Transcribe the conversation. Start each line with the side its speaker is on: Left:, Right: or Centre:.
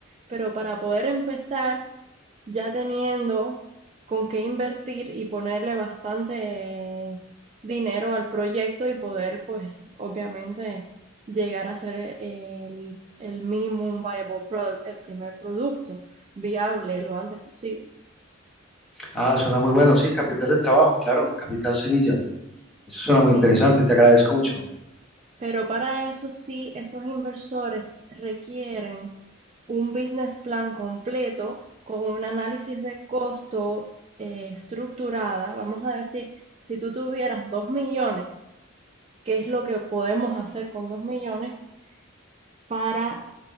Right: pero para poder empezar ya teniendo con qué invertir y ponerle bastante dinero al proyecto y poder, pues, obviamente llegar a ser eh, el, el minimum viable product, el primer producto viable lo antes posible.
Centre: Ah, suena muy bueno, sí, capital de trabajo, claro, capital semilla. Eso suena
Right: Sí,
Centre: muy interesante, te agradezco mucho.
Right: pero para eso sí, estos inversores requieren un business plan completo con un análisis de costo eh, estructurada. Vamos a decir, si tú tuvieras 2 millones qué es lo que podemos hacer con 2 millones para